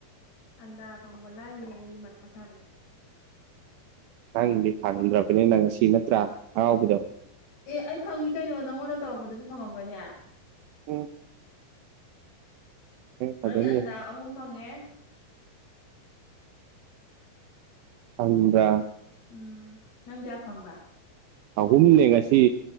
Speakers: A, on the left (about 85°); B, on the right (about 80°).
A: ꯑꯟꯗꯥ ꯐꯪꯕ ꯂꯥꯏꯔꯤ ꯑꯩ ꯃꯊꯥ ꯁꯥꯔꯤ ꯍꯧꯖꯤꯛ
B: ꯅꯪꯗꯤ ꯐꯪꯗ꯭ꯔꯕꯅꯤꯅ ꯉꯁꯤ ꯅꯠꯇ꯭ꯔꯥ ꯍꯔꯥꯎꯕꯗꯣ
A: ꯑꯦ ꯑꯩ ꯐꯪꯉꯤ ꯀꯩꯅꯣ ꯅꯪꯉꯣꯟꯗ ꯇꯧꯔꯛꯄꯗꯁꯨ ꯐꯪꯉꯝꯒꯅꯦ
B: ꯑꯣ ꯐꯗꯧꯅꯦ
A: ꯑꯩ ꯑꯟꯗ ꯑꯍꯨꯝ ꯐꯪꯉꯦ
B: <unintelligible>
A: ꯎꯝ ꯅꯪ ꯀꯌꯥ ꯐꯪꯕ
B: ꯑꯍꯨꯝꯅꯦ ꯉꯁꯤ